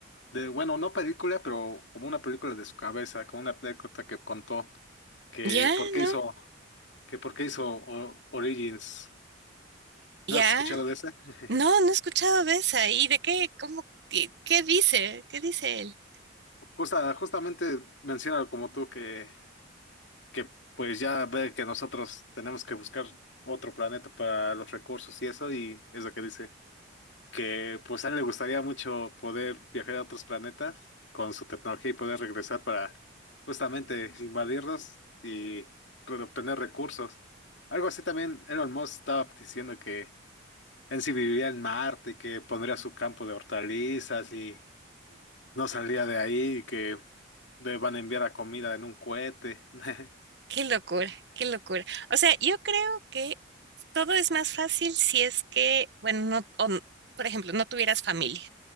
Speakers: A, on the left (about 70°); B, on the right (about 60°).
A: de, bueno, no película, pero como una película de su cabeza, como una anécdota que contó, que
B: Ya,
A: por qué
B: ¿no?
A: hizo, que por qué hizo O- Origins.
B: Ya.
A: ¿No has escuchado de ese? <laughs>
B: No, no he escuchado de esa. ¿Y de qué? ¿Cómo? ¿Qué, qué dice? ¿Qué dice él?
A: Justa, justamente menciona como tú que, que pues ya ve que nosotros tenemos que buscar otro planeta para los recursos y eso, y es lo que dice. que pues a él le gustaría mucho poder viajar a otros planetas con su tecnología y poder regresar para justamente invadirlos y re- obtener recursos. Algo así también Elon Musk estaba diciendo que él sí viviría en Marte y que pondría su campo de hortalizas y no saldría de ahí y que le van a enviar a comida en un cohete. <laughs>
B: Qué locura, qué locura. O sea, yo creo que todo es más fácil si es que, bueno, no, o n- por ejemplo, no tuvieras familia,